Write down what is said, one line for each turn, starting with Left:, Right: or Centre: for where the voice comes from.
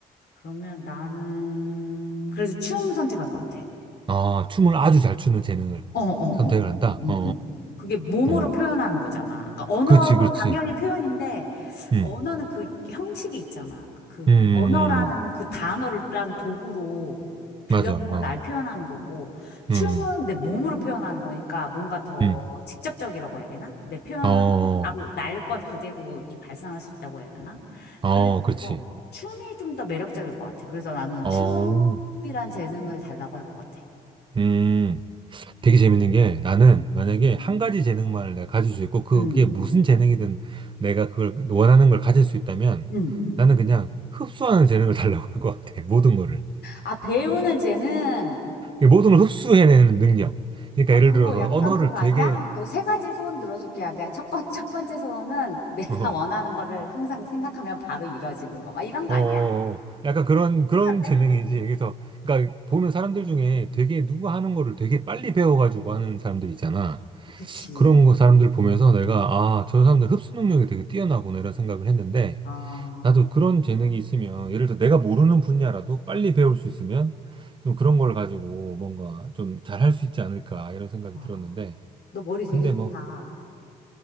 Left: 그러면 나는, 그래서 춤 선택할 것 같아.
Right: 아, 춤을 아주 잘 추는 재능을
Left: 어, 어,
Right: 선택을
Left: 어.
Right: 한다?
Left: 응,
Right: 어,
Left: 응. 그게 몸으로
Right: 어. 어.
Left: 표현하는 거잖아. 그러니까 언어도
Right: 그렇지, 그렇지.
Left: 당연히 표현인데,
Right: 음,
Left: 언어는 그 형식이 있잖아. 그
Right: 음, 음,
Left: 언어라는
Right: 음.
Left: 그 단어를 란 도구로 빌려서
Right: 맞아. 어,
Left: 날 표현하는 거고, 춤은
Right: 음,
Left: 내 몸으로 표현하는 거니까 뭔가 더
Right: 음,
Left: 직접적이라고 해야 되나? 내 표현,
Right: 어, 어,
Left: 바로 날 것 그대로 이렇게 발산할 수 있다고 해야 되나?
Right: 어,
Left: 그래서
Right: 그렇지.
Left: 춤이 좀 더 매력적일 것 같아. 그래서 나는
Right: 어,
Left: 춤이란 재능을 달라고 할 것 같아.
Right: 음. 되게 재밌는 게 나는
Left: 음,
Right: 만약에
Left: 음,
Right: 한 가지 재능만을 내가 가질 수 있고 그게
Left: 음.
Right: 무슨 재능이든 내가 그걸 원하는 걸 가질 수 있다면
Left: 음.
Right: 나는 그냥 흡수하는 재능을 달라고 할 것 같아. 모든 거를.
Left: 아, 배우는 재능.
Right: 이 모든 걸 흡수해내는 능력. 그러니까
Left: 아,
Right: 예를
Left: 그거
Right: 들어서
Left: 약간
Right: 언어를
Left: 그거
Right: 되게
Left: 아니야? 너 세 가지 소원 들어줄게. 야, 내 첫, 번, 첫 번째 소원은 <laughs> 내가
Right: 어, 어,
Left: 원하는 거를 항상 생각하면 바로 이루어지는 거. 막 이런 거
Right: 어,
Left: 아니야?
Right: 약간 그런 그런
Left: 그런데?
Right: 재능이지. 그래서 그러니까 보면 사람들 중에 되게 누구 하는 거를 되게 빨리 배워가지고 하는 사람들 있잖아.
Left: 그치.
Right: 그런 거 사람들 보면서 내가 아, 저 사람들 흡수 능력이 되게 뛰어나구나 이런 생각을 했는데
Left: 아,
Right: 나도 그런 재능이 있으면 예를 들어 내가 모르는 분야라도 빨리 배울 수 있으면 좀 그런 걸 가지고 뭔가 좀 잘할 수 있지 않을까 이런 생각이
Left: 와.
Right: 들었는데
Left: 너 머리 되게
Right: 근데
Left: 좋다.
Right: 뭐